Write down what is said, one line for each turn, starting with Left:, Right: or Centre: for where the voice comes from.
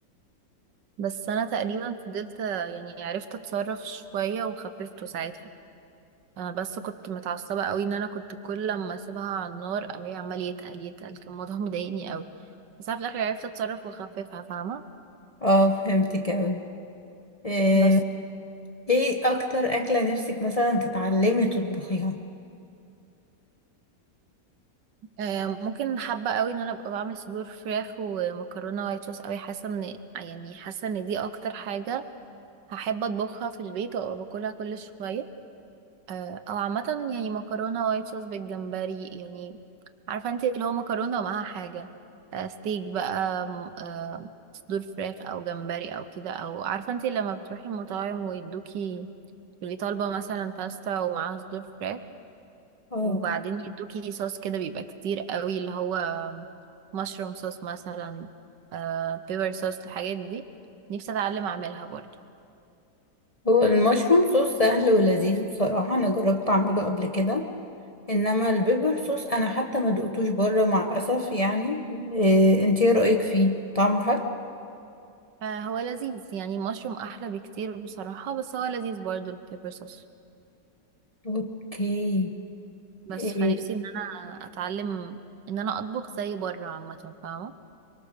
Right: بس انا تقريبا فضلت آه، يعني عرفت اتصرف شوية وخففته ساعتها انا بس كنت متعصبه قوي ان انا كنت كل لما اسيبها على النار الاقيه عمال يتقل يتقل كان الموضوع <laughs> مضايقني قوي بس انا في الاخر عرفت اتصرف واخففها فاهمه
Left: اه فهمتك اوي آه،
Right: بس
Left: ايه اكتر اكلة نفسك مثلا تتعلمي تطبخيها
Right: آه ممكن حابه قوي ان انا ابقى بعمل صدور فراخ ومكرونه وايت صوص قوي حاسه ان يعني حاسه ان دي اكتر حاجه هحب اطبخها في البيت وابقى باكلها كل شويه آه، او عامه يعني مكرونه وايت صوص بالجمبري يعني عارفه انت اللي هو مكرونه ومعاها حاجه آه، ستيك بقى م- آه، صدور فراخ او جمبري او كده او عارفه انت لما بتروحي المطاعم ويدوكي تبقي طالبه مثلا باستا ومعاها صدور فراخ
Left: اه
Right: وبعدين يدوكي صوص كده بيبقى كتير قوي اللي هو مشروم صوص مثلا آه، بيبر صوص الحاجات دي نفسي اتعلم اعملها برضه
Left: هو المشروم صوص سهل ولذيذ بصراحة انا جربت اعمله قبل كده انما البيبر صوص انا حتى ما دقتوش بره مع الاسف يعني إيه انت ايه رأيك فيه طعمه حلو
Right: آه، هو لذيذ يعني المشروم احلى بكتير بصراحة بس هو لذيذ برضو البيبر صوص
Left: اوكي
Right: بس
Left: إيه
Right: فنفسي ان انا اتعلم ان انا اطبخ زي بره عامة فاهمة